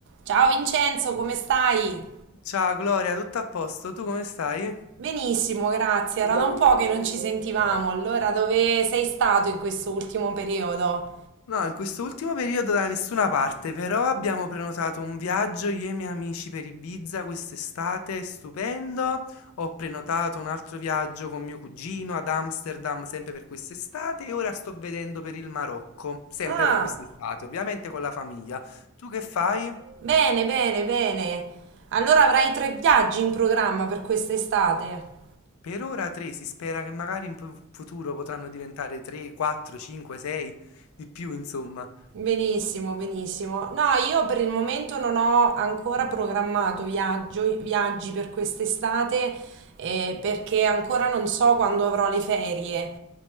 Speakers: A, on the right; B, on the left.
A: Ciao Vincenzo, come stai?
B: Ciao Gloria, tutto a posto? Tu come stai?
A: Benissimo, grazie. Era da un po' che non ci sentivamo. Allora, dove sei stato in questo ultimo periodo?
B: No, in quest'ultimo periodo da nessuna parte, però abbiamo prenotato un viaggio io e i miei amici per Ibiza quest'estate, stupendo. Ho prenotato un altro viaggio con mio cugino ad Amsterdam, sempre per quest'estate, e ora sto vedendo per il Marocco, sempre
A: Ah,
B: per quest'estate, ovviamente con la famiglia. Tu che fai?
A: bene, bene, bene. Allora avrai tre viaggi in programma per quest'estate.
B: Per ora tre, si spera che magari in fu- futuro potranno diventare tre, quattro, cinque, sei, di più, insomma.
A: Benissimo, benissimo. No, io per il momento non ho ancora programmato viaggio, viaggi per quest'estate, eh, perché ancora non so quando avrò le ferie.